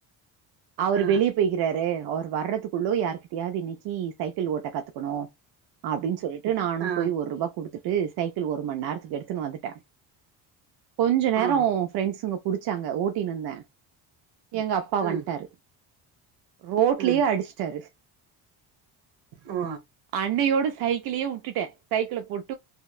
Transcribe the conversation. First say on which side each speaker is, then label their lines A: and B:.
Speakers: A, on the right; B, on the right.
A: அவரு
B: ஆ
A: வெளிய போய் ரு அவரு வர்றதுக்குள்ள யாருகிட்டயாது இன்னைக்கு சைக்கிள் ஓட்ட கத்துக்கணு அப்படின்னு சொல்லிட்டு நானு
B: ஆ
A: போய் ஒரு ரூபா குடுத் துட்டு சைக்கிள் ஒரு மணி நேரத்துக்கு எடுத்துன்னு வந்துட்டே கொஞ்ச நேரம்
B: ஆ
A: ஃபிரண்ட்ஸ்ங்க புடிச் ச்சாங்க ஓட்டினுந்தே எங்க அப்பா
B: ம்
A: வன்ட்டாரு. ரோட்லயே
B: ம்
A: அடிச்சிட்டாரு
B: ஓ
A: அன்னையோடு சைக் ட்லயே விட்டுட்டே சைக்கிள போட்